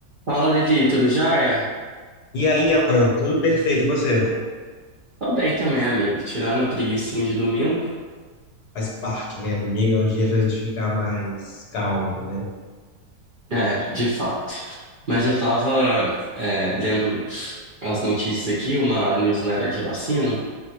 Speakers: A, on the right (about 45°); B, on the left (about 70°).
A: Fala, Levi, tudo jóia?
B: E aí, Alan, tudo perfeito, e você?
A: Tô bem também, amigo. Tirando a preguicinha de domingo.
B: Faz parte, né? Domingo é o dia pra gente ficar mais calmo, né?
A: É, de fato. Mas eu tava, é, lendo as notícias aqui, uma newsletter que eu assino,